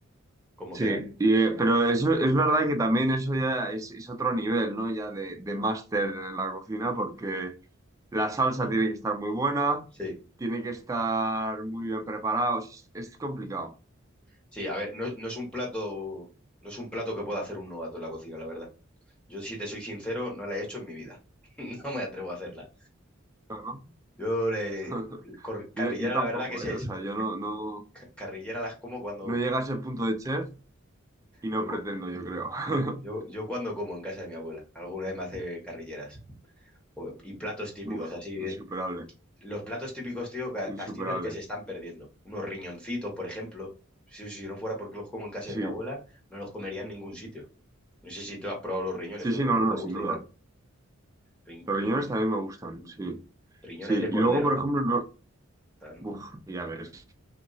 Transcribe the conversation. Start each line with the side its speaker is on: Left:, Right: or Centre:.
Centre: cómo
Right: sí.
Centre: quedan.
Right: Y, eh, pero eso es verdad que también eso ya es, es otro nivel, ¿no? Ya de, de máster en la cocina, porque la salsa tiene que estar muy buena,
Centre: Sí.
Right: tiene que estar muy bien preparada. o sea, es, es complicado,
Centre: Sí, a ver, no, no es un plato, no es un plato que pueda hacer un novato en la cocina, la verdad. Yo, si te soy sincero, no la he hecho en mi vida. <laughs> No me atrevo a hacerla.
Right: ¿no?
Centre: Yo, eh,
Right: <laughs>
Centre: cor- carrillera,
Right: Yo, yo tampoco,
Centre: la verdad que sé,
Right: ¿eh? O
Centre: es-
Right: sea, yo no, no,
Centre: ca- carrillera las como cuando,
Right: no llegué a ese punto de chef. Y no
Centre: yo,
Right: pretendo,
Centre: co-
Right: yo creo. <laughs>
Centre: yo, yo, yo cuando como en casa de mi abuela. Alguna vez me hace carrilleras. O- Y platos típicos,
Right: Uf,
Centre: así. de-
Right: insuperable,
Centre: Los platos típicos, tío, ca-
Right: insuperable.
Centre: castizos que se están perdiendo. Unos riñoncitos, por ejemplo. Si, si no fuera porque los como en casa
Right: Sí,
Centre: de mi abuela, no los comería en ningún sitio. No sé si tú has probado los riñones
Right: sí,
Centre: o
Right: sí, no,
Centre: o
Right: no,
Centre: te gusta
Right: sin duda.
Centre: y tal. Ri-
Right: Los
Centre: riñón-
Right: riñones también me gustan,
Centre: mm,
Right: sí.
Centre: riñones
Right: Sí, y
Centre: de cordero,
Right: luego, por
Centre: tú.
Right: ejemplo, no...
Centre: Tan...
Right: Uf, y a ver, si